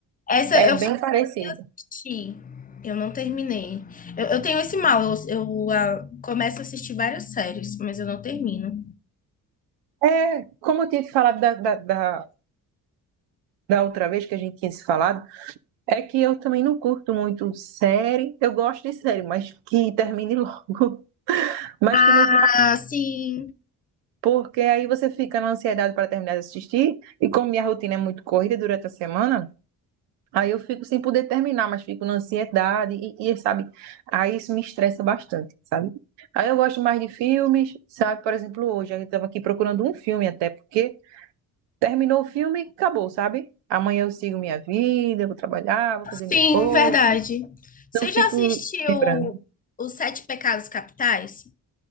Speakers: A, on the left; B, on the right.
A: Essa
B: É
A: eu
B: bem
A: só
B: parecido.
A: assisti, eu não terminei. Eu, eu tenho esse mal, eu, eu, ah, começo a assistir várias séries, mas eu não termino.
B: É, como eu tinha te falado da, da, da, da outra vez que a gente tinha se falado, é que eu também não curto muito série. Eu gosto de série, mas que termine <laughs> logo. Mas
A: Ah,
B: que não vá
A: sim,
B: Porque aí você fica na ansiedade para terminar de assistir, e como minha rotina é muito corrida durante a semana, aí eu fico sem poder terminar, mas fico na ansiedade, e, e, sabe, aí isso me estressa bastante, sabe? Aí eu gosto mais de filmes, sabe? Por exemplo, hoje eu estava aqui procurando um filme até, porque terminou o filme, acabou, sabe? Amanhã eu sigo minha vida, vou trabalhar, vou fazer
A: sim,
B: minhas coisas,
A: verdade.
B: sabe?
A: Você
B: Não fico
A: já assistiu
B: lembrando.
A: Os Sete Pecados Capitais?